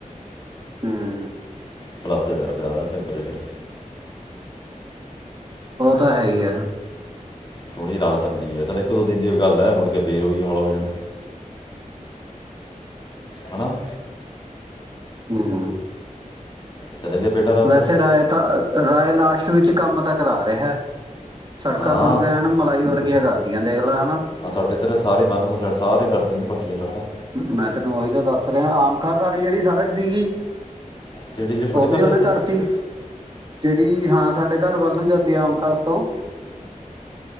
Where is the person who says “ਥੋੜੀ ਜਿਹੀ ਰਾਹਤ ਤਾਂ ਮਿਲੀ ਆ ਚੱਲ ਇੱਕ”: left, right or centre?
Left